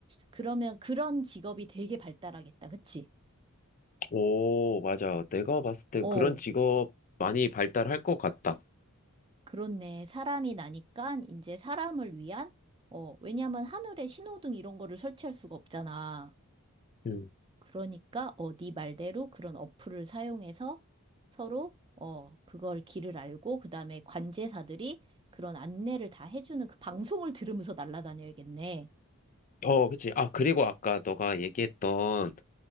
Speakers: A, on the right; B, on the left.
A: 그러면 그런 직업이 되게 발달하겠다. 그치?
B: 오, 맞아. 내가 봤을 때
A: 어,
B: 그런 직업 많이 발달할 것 같다.
A: 그렇네. 사람이 나니까 이제 사람을 위한? 어, 왜냐면 하늘에 신호등 이런 거를 설치할 수가 없잖아.
B: 음.
A: 그러니까, 어, 네 말대로 그런 어플을 사용해서 서로, 어, 그걸 길을 알고, 그 다음에 관제사들이 그런 안내를 다 해주는 그 방송을 들으면서 날아다녀야겠네.
B: 어, 그치. 아, 그리고 아까 너가 얘기했던